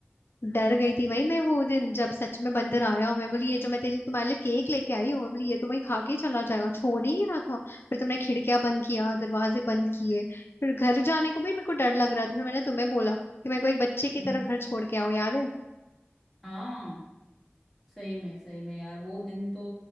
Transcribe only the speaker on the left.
डर गई थी वही मैं वो दिन जब सच में बंदर आया और मैं बोली ये जो मैं तेरे तुम्हारे लिए केक लेके आई हूँ मैं बोली ये तो वही खा के ही चला जाएगा छोड़ ही नहीं रहा था फिर तुमने खिड़कियां बंद किया दरवाजे बंद किए फिर घर जाने को भी मेरे को डर लग रहा था फिर मैंने तुम्हें बोला कि मेरे को एक बच्चे की
तरह घर छोड़ के आओ याद है